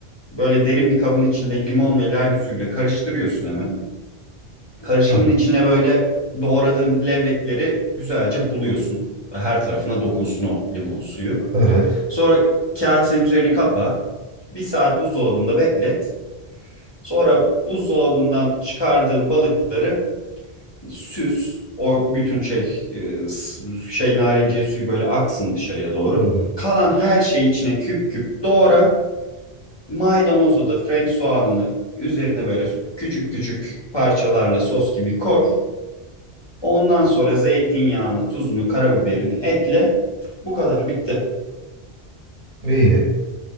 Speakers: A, on the left (about 30°); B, on the right (about 50°).
A: Böyle derin bir kabın içinde limon ve lime suyuyla karıştırıyorsun hemen. Karışımın
B: Aha,
A: içine böyle doğradığın levlekleri güzelce buluyorsun. Ve her tarafına dokunsun o limon suyu.
B: evet.
A: Sonra kasenin üzerini kapa. Bir saat buzdolabında beklet. Sonra buzdolabından çıkardığın balıkları süz. O bütün şey, e, şey narenciye suyu böyle aksın dışarıya doğru.
B: Hı hı.
A: Kalan her şeyi içine küp küp doğra. Maydanozla da Frank soğanını üzerine böyle küçük küçük parçalarla sos gibi koy. Ondan sonra zeytinyağını, tuzunu, karabiberini ekle. Bu kadar bitti.
B: İyi.